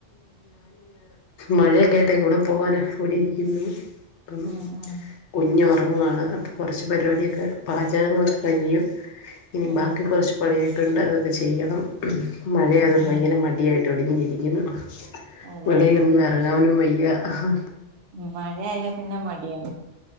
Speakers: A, on the left; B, on the right.
A: മഴയൊക്കെയായിട്ട് എവിടെ പോവാനാ ഇവിടെ ഇരിക്കുന്നു അപ്പം
B: ഉം ഉം
A: കുഞ്ഞു ഉറങ്ങുവാണ് അപ്പം കുറച്ച് പരിപാടിയൊക്കെ പാചകങ്ങളൊ കയ്യും ഇനി
B: ഉം
A: ബാക്കി കുറച്ച് പണിയൊക്കെണ്ട് ചെയ്യണം മഴയതൽ
B: ഉം ഉം
A: ഭയങ്കര മടിയായി ട <unintelligible> നിക്കുന്നു
B: അതെ
A: വെളിയിലന്നും ഇറങ്ങാനും വ യാ അഹ്
B: മഴയായ പിന്നെ മടിയാ